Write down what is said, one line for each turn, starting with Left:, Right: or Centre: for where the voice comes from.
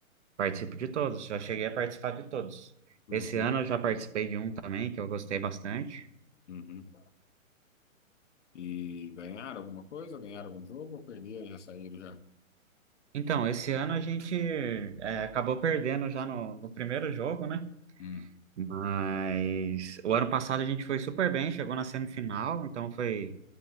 Right: Participo de todos, já cheguei a participar de todos.
Left: Uhum,
Right: Esse ano eu já participei de um também, que eu gostei bastante.
Left: uhum. E ganharam alguma coisa? Ganharam algum jogo ou perderam e já saíram já?
Right: Então, esse ano a gente é, acabou perdendo já no, no primeiro jogo, né?
Left: Hum.
Right: Mas o ano passado a gente foi super bem, chegou na semifinal, então foi,